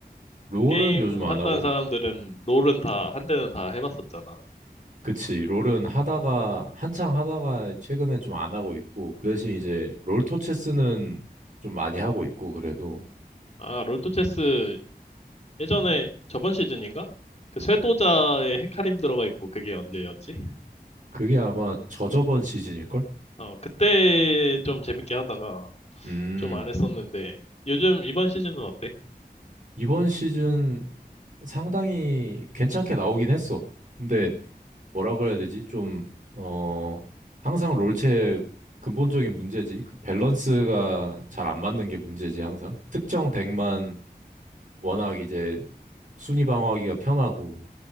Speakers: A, on the right (about 50°); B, on the left (about 40°).
A: 롤은
B: 게임
A: 요즘 안
B: 한다는
A: 하고,
B: 사람들은 롤은 다 한때는 다 해봤었잖아.
A: 그치. 롤은 하다가, 한창 하다가 최근에 좀 안 하고 있고, 그 대신 이제 롤토체스는 좀 많이 하고 있고, 그래도.
B: 아, 롤토체스 예전에 저번 시즌인가? 그 쇄도자의 헤카림 들어가 있고 그게 언제였지?
A: 그게 아마 저저번 시즌일걸?
B: 어, 그때 좀 재밌게 하다가
A: 음.
B: 좀 안 했었는데 요즘 이번 시즌은 어때?
A: 이번 시즌 상당히 괜찮게 나오긴 했어. 근데 뭐라 그래야 되지? 좀, 어, 항상 롤체의 근본적인 문제지. 그 밸런스가 잘 안 맞는 게 문제지, 항상. 특정 덱만 워낙 이제 순위 방어하기가 편하고